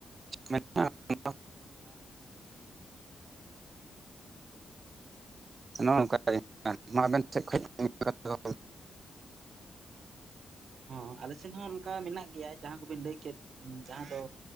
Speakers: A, on the right (about 45°); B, on the right (about 70°).
A: <unintelligible> ᱱᱚᱜᱼᱚ ᱱᱚᱝᱠᱟ ᱟᱵᱮᱱ ᱥᱮᱫ ᱠᱷᱚᱱ <unintelligible>
B: ᱦᱚᱸ ᱟᱞᱮ ᱥᱮᱱ ᱦᱚᱸ ᱚᱱᱠᱟ ᱢᱮᱱᱟᱜ ᱜᱮᱭᱟ ᱡᱟᱦᱟᱸ ᱠᱚᱵᱤᱱ ᱞᱟᱹᱭ ᱠᱮᱫ ᱡᱟᱦᱟᱸ ᱫᱚ